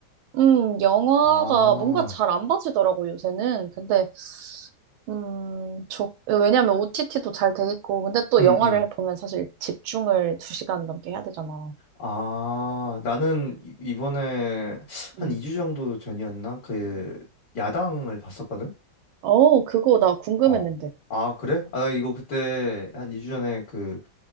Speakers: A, on the right (about 80°); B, on the left (about 55°).
A: 음, 영화가
B: 아,
A: 뭔가 잘 안 봐지더라고, 요새는. 근데, 음, 조, 왜냐면 OTT도 잘 돼 있고, 근데 또
B: 응,
A: 영화를
B: 응.
A: 보면 사실 집중을 두 시간 넘게 해야 되잖아.
B: 아, 나는 이- 이번에 한
A: 음.
B: 2주 정도 전이었나? 그 야당을 봤었거든?
A: 어, 그거 나 궁금했는데.
B: 어. 아, 그래? 아, 나 이거 그때 한 2주 전에 그